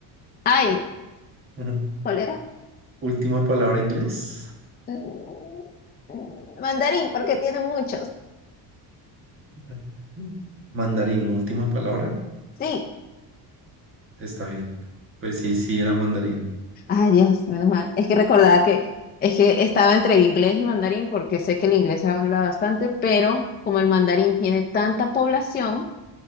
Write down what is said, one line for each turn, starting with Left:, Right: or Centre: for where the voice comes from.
Left: Ay,
Right: Ujú.
Left: ¿cuál era?
Right: Última palabra inglés.
Left: Mm, mm, Mandarín porque tiene muchos.
Right: <laughs> Mandarín, última palabra.
Left: Sí.
Right: Está bien. Pues sí, sí, era mandarín.
Left: Ay, Dios, menos mal. Es que recordaba que es que estaba entre inglés y mandarín porque sé que el inglés se habla bastante, pero como el mandarín tiene tanta población,